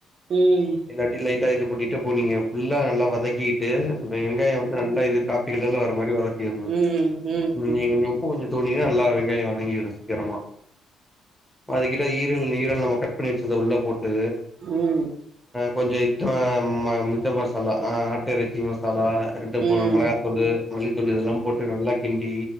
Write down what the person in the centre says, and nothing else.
இல்லாட்டி லைட்டா இது பண்ணிட்டு போனீங் ஃபுல்லா நல்லா வதக்கிக்கிட்டு வெங்காயோ நல்லா இது காப்பிகலர்ல வர்ற மாரி வதக்கிர்னு
நீங்க
<unintelligible> உப்பு கொஞ்சோ தூவினீங்னா நல்லா வெங்காயோ வதங்கிரு சீக்கிரமா அதுகிட்ட ஈ ரல் ஈரல் நம்ம கட் பண்ணி வெச்சத உள்ள போட்டு
கொஞ்சோ இதா ம இந்த மசாலா ஆட்ட இறச்சி மசாலா கரட்டுபோன
மெளகாத்தூளு மல்லித்தூளு இதெல்லாம் போட்டு நல்லா கிண்டி